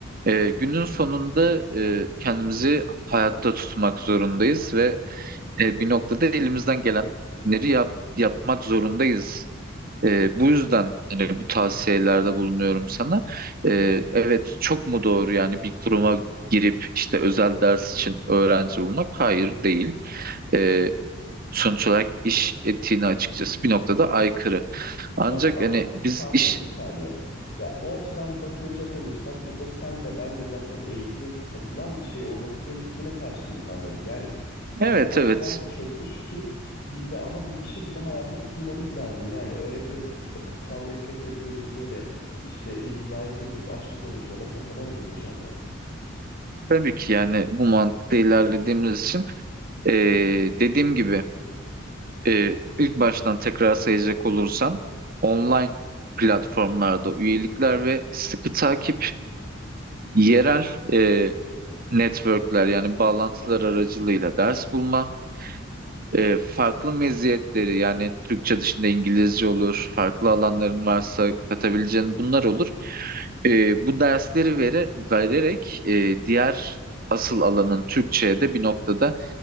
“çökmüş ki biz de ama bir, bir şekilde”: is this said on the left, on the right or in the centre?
Left